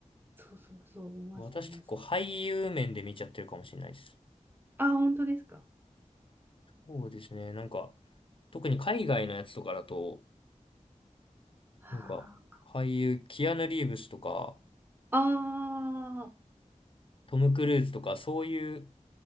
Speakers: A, on the right; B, on the left.
A: そうそうそう、見ます見ます。
B: 私結構俳優面で見ちゃってるかもしれないです。
A: あ、本当ですか。
B: そうですね。なんか、特に海外のやつとかだと、
A: は
B: なんか、俳優、キアヌ・リーブスとか、
A: ああ
B: トム・クルーズとか、そういう